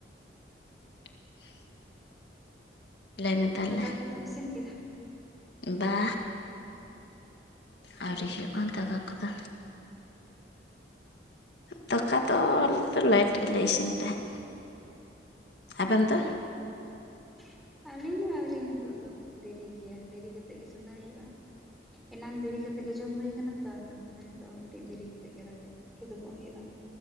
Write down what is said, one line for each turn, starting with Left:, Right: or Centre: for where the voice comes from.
Left: <inaudible> ᱞᱟᱹᱭ ᱢᱮ ᱛᱟᱞᱦᱮ᱾
Centre: ᱫᱟᱠᱟ ᱠᱚᱫᱚᱢ ᱤᱥᱤᱱ ᱠᱮᱫᱟ
Left: ᱵᱟ ᱟᱹᱣᱨᱤ ᱦᱳᱭᱳᱜᱼᱟ ᱫᱟᱠᱟ ᱠᱚᱫᱚ᱾ ᱫᱟᱠᱟ ᱫᱚ ᱟᱞᱮ ᱫᱚ ᱞᱮᱭᱮᱴ ᱜᱤᱞᱮ ᱤᱥᱤᱱ ᱛᱟᱦᱮᱸᱫ᱾ ᱟᱵᱮᱱ ᱫᱚ?
Centre: <unintelligible> ᱟᱹᱞᱤᱧ ᱦᱚᱸ ᱟᱹᱣᱨᱤ ᱱᱤᱛᱳᱜ ᱫᱚ ᱫᱮᱨᱤ ᱜᱮᱭᱟ ᱫᱮᱨᱤ ᱠᱟᱛᱮᱫ ᱜᱮ ᱪᱚᱸᱫᱟᱭ ᱦᱳᱭᱳᱜᱼᱟ ᱾ ᱮᱱᱟᱝ ᱫᱮᱨᱤ ᱠᱟᱛᱮᱜ ᱜᱮ ᱡᱚᱢ ᱦᱳᱭ ᱠᱟᱱᱟ᱾ ᱛᱚ ᱟᱫᱚ ᱛᱟᱞᱦᱮ ᱱᱤᱛᱳᱜ ᱦᱚᱸ ᱠᱟᱹᱴᱤᱡ ᱫᱮᱨᱤ ᱠᱟᱛᱮᱜ ᱜᱮ ᱫᱟᱠᱟ ᱠᱮᱫᱳ ᱜᱚᱜ ᱦᱳᱭᱳᱜᱼᱟ᱾